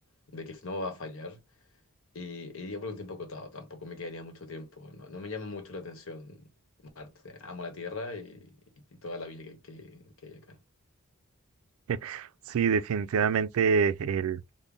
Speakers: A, on the left (about 70°); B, on the right (about 75°).
A: de que no va a fallar. Y iría por un tiempo acotado, tampoco me quedaría mucho tiempo. No, no me llama mucho la atención Marte. Amo la Tierra y, y toda la vida que, que, que hay acá.
B: <laughs> Sí, definitivamente el,